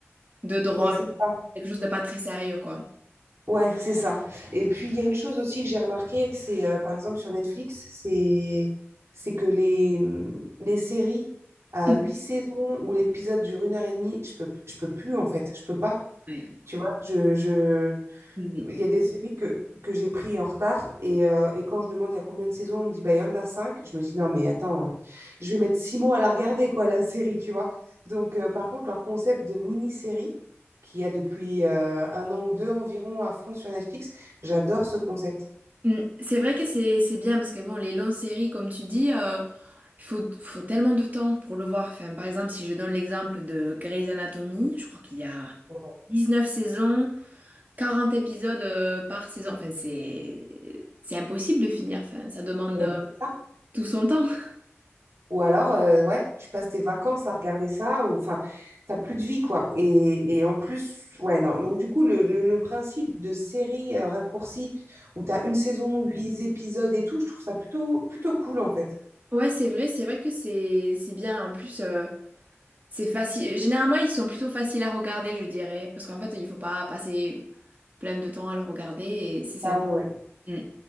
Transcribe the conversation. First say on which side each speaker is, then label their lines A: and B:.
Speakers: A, on the right (about 40°); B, on the right (about 80°).
A: de drôle,
B: bah, c'est ça.
A: quelque chose de pas très sérieux, quoi.
B: Ouais, c'est ça. Et puis, il y a une chose aussi que j'ai remarqué, c'est euh, par exemple sur Netflix, c'est c'est que les, les séries à
A: Mhm.
B: huit saisons où l'épisode dure une heure et demie, je peux, je peux plus en fait, je peux pas.
A: Ouais.
B: Tu vois, je, je...
A: Mhm.
B: il y a des séries que, que j'ai pris en retard et, euh, et quand je demande il y a combien de saisons, on me dit bah, il y en a cinq. Je me dis non, mais attends, je vais mettre six mois à la regarder, quoi, la série, tu vois. Donc, euh, par contre, leur concept de mini-série qu'il y a depuis euh, un an ou deux environ à fond sur Netflix, j'adore ce concept.
A: Mm. C'est vrai que c'est c'est bien parce que bon les longues séries comme tu dis euh, il faut faut tellement de temps pour le voir. Enfin, par exemple si je donne l'exemple de Grey's Anatomy, je crois qu'il y a
B: Ouais.
A: dix neuf saisons, 40 épisodes euh, par saison. Enfin c'est c'est impossible de finir. Enfin ça demande
B: Et
A: euh,
B: ça,
A: tout son temps. <laughs>
B: Ou alors, euh, ouais, tu passes tes vacances à regarder ça, ou enfin, t'as plus de vie, quoi. Et, et en plus, ouais, non. Donc, du coup, le, le- le principe de série euh, raccourcie où t'as une saison, huit épisodes et tout, je trouve ça plutôt, plutôt cool, en fait.
A: Ouais c'est vrai c'est vrai que c'est c'est bien. En plus euh, c'est facile. Généralement ils sont plutôt faciles à regarder je dirais parce qu'en fait il faut pas passer plein de temps à le regarder et c'est sympa.
B: Ah ouais.
A: Mm.